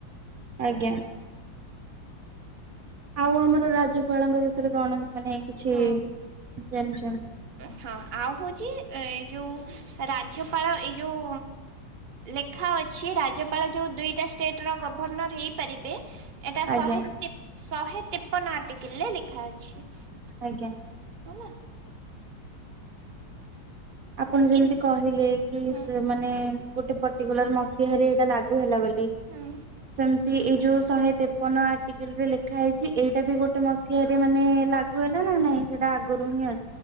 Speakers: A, on the right (about 60°); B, on the right (about 40°).
A: ଆଜ୍ଞା ଆଉ ଆମର ରାଜ୍ୟପାଳଙ୍କ ବିଷୟରେ କଣ? ମାନେ କିଛି
B: ହଁ
A: ଜାଣିଛନ୍ତି।
B: ହଁ ଆଉ ହଉଛି ଏ ଏ ଯୋଉ ରାଜ୍ୟପାଳ ଏଇ ଯୋଉ ଲେଖା ଅ ସିଏ ରାଜ୍ୟପାଳ ଯୋଉ ଦୁଇଟା ଷ୍ଟେଟ୍ର ଗଭର୍ଣ୍ଣର ହେଇପାରିବେ। ଏଟା
A: ଆଜ୍ଞା
B: ଶହେ ଶହେ ଟିପ ନା ଟିକିଲିରେ ଲେଖା ଅଛି।
A: ଆଜ୍ଞା
B: ହେଲା।
A: ଆପଣ ଯେମିତି
B: କି
A: କହିଲେ କି
B: ହୁଁ
A: ସେ ମାନେ ଗୋଟେ ପର୍ଟିକୁଲାର ମସିହାରେ ଏଇଟା ଲାଗୁ ହେଲା ବୋଲି
B: ହୁଁ
A: ସେମତି ଏଇ ଯୋଉ ଶହେ ତେପନ ଆର୍ଟକିଲ ରେ ଲେଖା ହେଇଛି ଏଇଟା ବି ଗୋଟେ ମସିହାରେ ମାନେ ଲାଗୁ ହେଲା ନା ନାଇଁ ସେଟା ଆଗରୁ ହିଁ ଅ